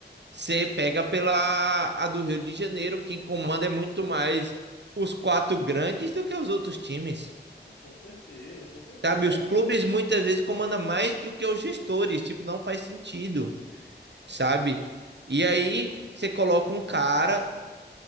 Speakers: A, on the right; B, on the left.
A: você pega pela a do Rio de Janeiro, quem comanda é muito mais os quatro grandes do que os outros times.
B: Ah, com certeza, com certeza.
A: Sabe,
B: Aí
A: os clubes muitas vezes comandam mais do que os gestores, tipo, não faz sentido. sabe? E aí você coloca um cara,